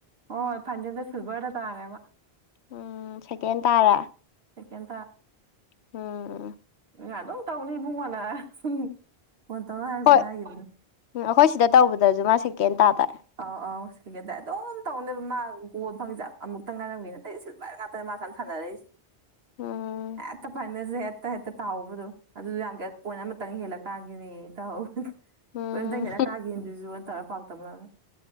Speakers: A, on the right; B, on the left.
A: ꯍꯣꯏ ꯐꯥꯏꯅꯦꯜꯗ ꯁꯤꯜꯚꯔꯗ ꯇꯥꯔꯦꯃꯥ
B: ꯎꯝ ꯁꯦꯀꯦꯟ ꯇꯥꯔꯦ
A: ꯁꯦꯀꯦꯟ
B: ꯎꯝ
A: ꯅꯪ ꯑꯗꯨꯝ ꯇꯧꯅꯤ ꯏꯕꯨꯡꯉꯣ ꯅ ꯁꯨꯝ ꯐꯣꯟ ꯇꯧꯔ ꯍꯥꯏꯕꯨꯗꯤ
B: ꯍꯣꯏ
A: ꯍꯥꯏꯈꯤꯕꯅꯤ
B: ꯎꯝ ꯑꯈꯣꯏ ꯁꯤꯗ ꯇꯧꯕꯗꯁꯨ ꯃꯥ ꯁꯦꯀꯦꯟ ꯇꯥꯗꯥꯏ
A: ꯑꯧ ꯑꯧ ꯁꯤꯀꯦꯟ ꯇꯥꯏ ꯑꯗꯨꯝ ꯇꯧꯅꯤꯕ ꯃꯥ ꯒꯣꯜ ꯐꯪꯉꯤꯁꯦ ꯑꯃꯨꯛꯇ ꯉꯥꯏꯔꯝꯒꯤ ꯑꯇꯩꯗꯤ ꯁꯤꯜꯚꯔ ꯉꯥꯛꯇ ꯃꯥ ꯁꯨꯃꯥꯏ ꯁꯥꯟꯅꯔꯛꯏꯁꯦ
B: ꯎꯝ
A: ꯍꯦꯛꯇ ꯐꯥꯏꯅꯜꯁꯦ ꯍꯦꯛꯇ ꯍꯦꯛꯇ ꯇꯥꯍꯧꯕꯗꯨꯝ ꯑꯗꯨꯁꯨ ꯌꯥꯝ ꯀꯩ ꯄꯣꯏꯟ ꯑꯃꯇꯪ ꯍꯦꯜꯂ ꯀꯥꯒ꯭ꯔꯦꯌꯦ <unintelligible>
B: ꯎꯝ
A: ꯄꯣꯏꯟ ꯑꯝꯇꯪ ꯍꯦꯜꯂ ꯀꯥꯒꯤ ꯗꯨꯁꯨꯅ ꯇꯧꯔ ꯄꯥꯎ ꯇꯝꯃꯛꯑꯝꯃꯦ